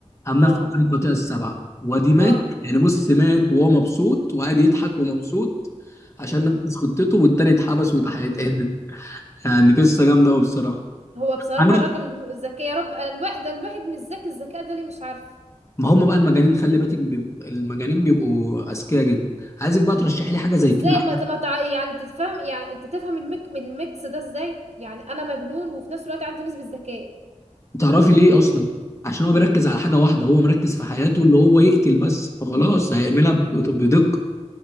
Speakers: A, on the left (about 25°); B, on the right (about 65°).
A: قام نفذ
B: اه
A: عليك الخطيئه السبعه وادي مات
B: اه
A: يعني بص مات وهو مبسوط وقاعد يضحك ومبسوط
B: امم
A: عشان
B: امم
A: نفذ خطته والتاني اتحبس واتهدد يعني قصه جامده قوي بصراحه
B: هو بصراحة
A: عامل
B: الراجل ذكي يا رب الواحد ده الواحد مش ذكي الذكاء ده ليه مش عارف
A: ما هم بقى المجانين خلي بالك بيب... المجانين بيبقوا اذكياء جدا عايزك بقى ترشح لي حاجه زي
B: ازاي
A: كده
B: ما ت- ما تع... يعني تتفهم يعني انت تفهم المك... الميكس ده ازاي يعني انا مجنون وفي نفس الوقت عندي نسبة ذكاء
A: تعرفي ليه اصلا عشان هو بيركز على حاجه واحده هو مركز في حياته اللي هو يقتل بس فخلاص هيعملها ب- بدقه